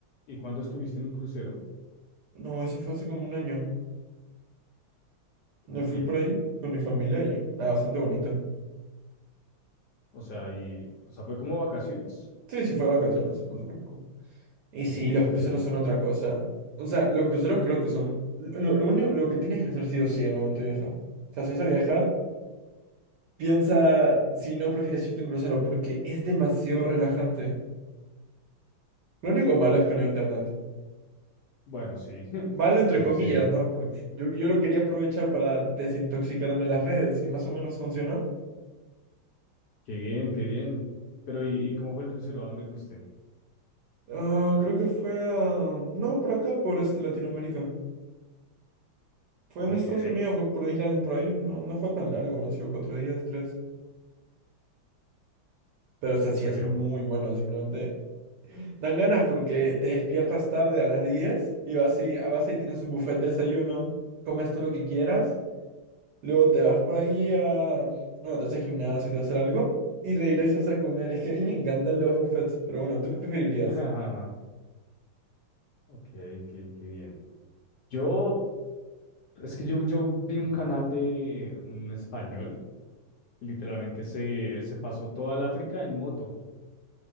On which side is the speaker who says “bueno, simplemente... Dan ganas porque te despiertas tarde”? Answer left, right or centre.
Right